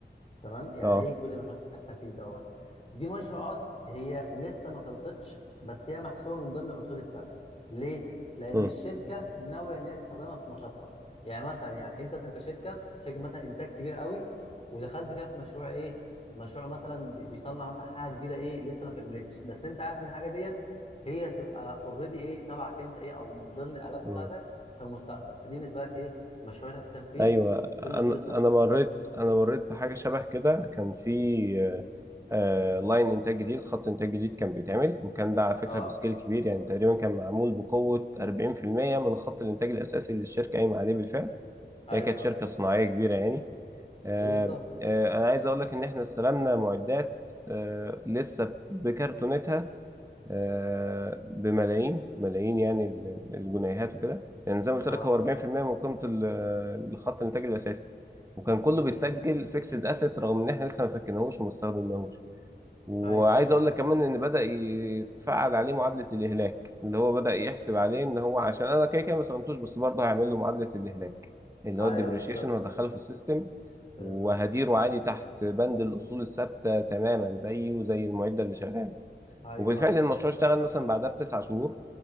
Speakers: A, on the left; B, on the right.
A: تمام يعني
B: اه
A: ايه الجزء من مشروع التنفيذ دوت دي مشروعات هي لسه ما خلصتش بس هي محسوبه من ضمن الاصول الثابته ليه لان
B: مم.
A: الشركه ناويه ان هي تستخدمها في نشاطها يعني مثلا يعني انت مثلا كشركه شركه مثلا انتاج كبير قوي ودخلت كده في مشروع ايه مشروع مثلا بي- بيصنع مثلا حاجه جديده ايه لسه ما كملتش بس انت عارف ان الحاجه ديت هي هتبقى اوريدي ايه تبعك انت ايه او من ضمن الالات
B: مم.
A: بتاعتك في المستقبل فدي بالنسبه لك ايه مشروع تحت التنفيذ
B: ايوه
A: ضمن الاصول
B: انا
A: الثابته
B: انا مريت انا مريت بحاجه شبه كده كان في آه، آه، لاين انتاج جديد خط انتاج جديد كان بيتعمل وكان ده على فكره
A: اه
B: بسكيل كبير يعني تقريبا كان معمول بقوه 40% من خط الانتاج الاساسي اللي الشركه قايمه عليه بالفعل
A: ايوه
B: هي كانت شركه
A: أيوه.
B: صناعيه كبيره يعني آه،
A: بالظبط
B: آه، انا عايز اقول لك ان احنا استلمنا معدات آه، لسه بكرتونتها آه، بملايين ملايين يعني ال- ال- الجنيهات وكده يعني زي ما قلت
A: اه
B: لك هو 40%
A: اه
B: من قيمه ال- الخط الانتاج الاساسي وكان كله
A: م-
B: بيتسجل
A: م.
B: فيكسد اسيت رغم ان احنا لسه ما فكناهوش وما استخدمناهوش وعايز
A: ايوه
B: اقول لك كمان ان بدأ يتفعل عليه معادلة الاهلاك اللي هو بدأ يحسب عليه ان هو عشان انا كده كده ما استخدمتوش بس برضه هيعمل له معادلة الاهلاك اللي
A: ايوه
B: هو الديبريشيشن
A: بالظبط
B: وهدخله في السيستم
A: بالظبط
B: وهديره عادي تحت بند الاصول الثابتة تماما زيه زي المعدة اللي شغالة
A: ايوه
B: وبالفعل
A: ايوه
B: المشروع اشتغل مثلا بعدها بتسع شهور